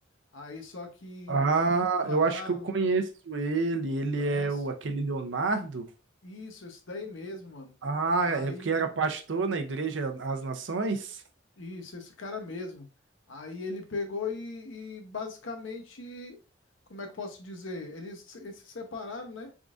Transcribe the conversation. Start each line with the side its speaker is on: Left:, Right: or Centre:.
Left: Aí, só que
Right: Ah,
Left: separaram,
Right: eu acho que eu conheço ele. Ele
Left: conhece?
Right: é o aquele Leonardo.
Left: Isso, esse daí mesmo, mano.
Right: Ah,
Left: Aí,
Right: é porque era pastor na Igreja às Nações?
Left: isso, esse cara mesmo. Aí ele pegou e, e basicamente, como é que eu posso dizer? Eles, se- eles se separaram, né?